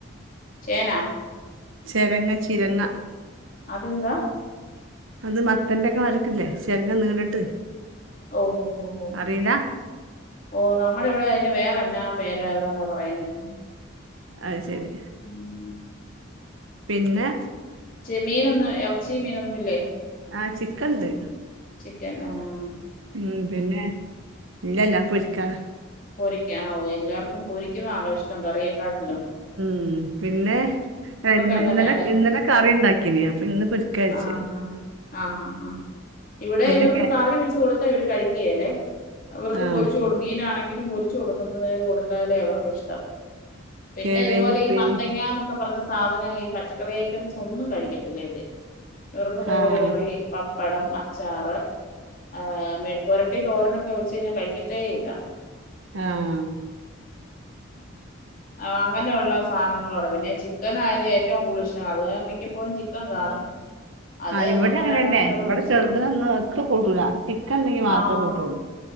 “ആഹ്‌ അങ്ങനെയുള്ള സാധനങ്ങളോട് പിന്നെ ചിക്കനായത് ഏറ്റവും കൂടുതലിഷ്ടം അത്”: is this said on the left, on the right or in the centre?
Left